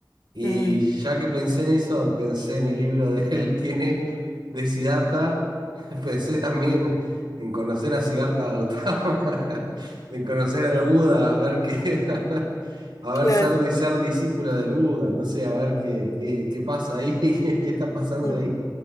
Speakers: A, on the right (about 85°); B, on the left (about 45°).
A: Y
B: mm,
A: ya que pensé en eso, pensé en el libro de él, <laughs> tiene de Siddhartha, <laughs> pensé también en conocer a Siddhartha Gautama, <laughs> en conocer al Buda, a ver qué, <laughs> a ver, a
B: claro.
A: ver, ser, de, ser discípulo del Buda, no sé, a ver qué, qué, qué pasa ahí, <laughs> qué está pasando
B: Mm,
A: ahí.